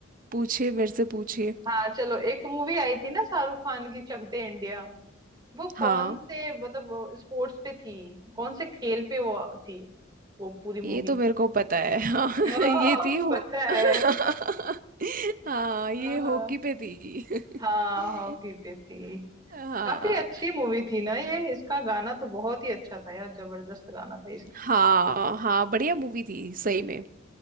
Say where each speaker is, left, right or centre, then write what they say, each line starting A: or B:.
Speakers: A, on the right; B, on the right.
A: पूछिए मेरे से पूछिए
B: हाँ चलो एक मूवी आई थी ना शाहरुख खान की चक दे इंडिया वो
A: हाँ
B: कौन से मतलब स्पोर्ट्स पे थी कौन से खेल पे वो थी वो पूरी
A: ये
B: मूवी
A: तो मेरे को पता है हाँ <laughs>
B: ओह, <laughs>
A: ये थी हो
B: पता है
A: <laughs> हाँ ये
B: हाँ हाँ
A: हॉकी पे थी <laughs>
B: हाँ हॉकी पे थी
A: हाँ
B: काफी अच्छी मूवी थी ना ये इसका गाना तो बहुत ही अच्छा था यार जबरदस्त गाना था इसका
A: हाँ हाँ बढ़िया मूवी थी सही में